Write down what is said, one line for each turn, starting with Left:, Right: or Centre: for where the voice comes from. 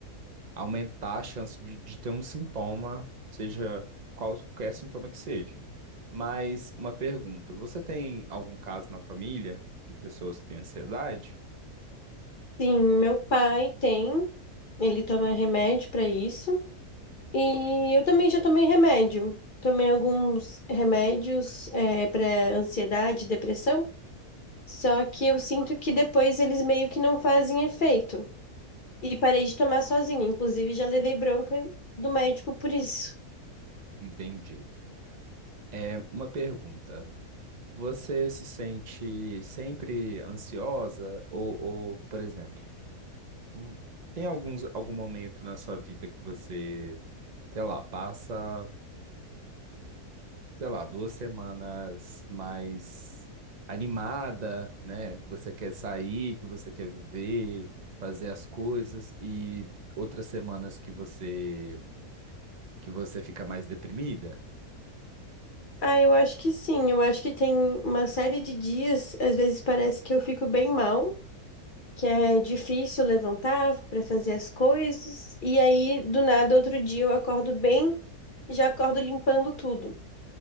Right: aumentar a chance de, de ter um sintoma, seja qualquer sintoma que seja. Mas uma pergunta, você tem algum caso na família de pessoas que têm ansiedade?
Left: Sim, meu pai tem, ele toma remédio para isso. E eu também já tomei remédio. Tomei alguns remédios, é, para ansiedade, depressão. Só que eu sinto que depois eles meio que não fazem efeito. E parei de tomar sozinha. Inclusive, já levei bronca do médico por isso.
Right: Entendi. É uma pergunta. Você se sente sempre ansiosa? Ou, ou, por exemplo, hum, tem alguns, algum momento na sua vida que você, sei lá, passa, sei lá, duas semanas mais animada, né? Que você quer sair, que você quer viver, fazer as coisas, e outras semanas que você, que você fica mais deprimida?
Left: Ah, eu acho que sim. Eu acho que tem uma série de dias, às vezes parece que eu fico bem mal, que é difícil levantar para fazer as coisas. E aí, do nada, outro dia eu acordo bem, já acordo limpando tudo.